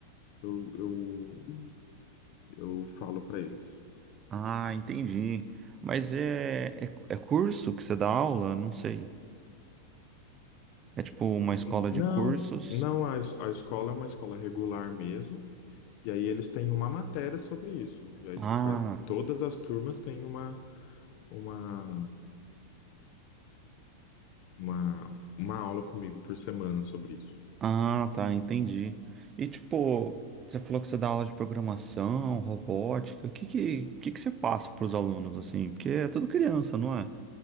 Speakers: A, on the left; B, on the right.
A: eu, eu, eu falo para eles.
B: Ah, entendi. Mas é, é, é curso que você dá aula? Não sei. É tipo uma escola
A: N-
B: de
A: Não,
B: cursos?
A: não, a, es- a escola é uma escola regular mesmo, e aí eles têm uma matéria sobre isso. E aí,
B: Ah,
A: ca- todas as turmas têm uma. uma uma, uma aula comigo por semana sobre isso.
B: ah, tá, entendi. E tipo, você falou que você dá aula de programação, robótica. O que que, que que você passa para os alunos assim? Porque é tudo criança, não é?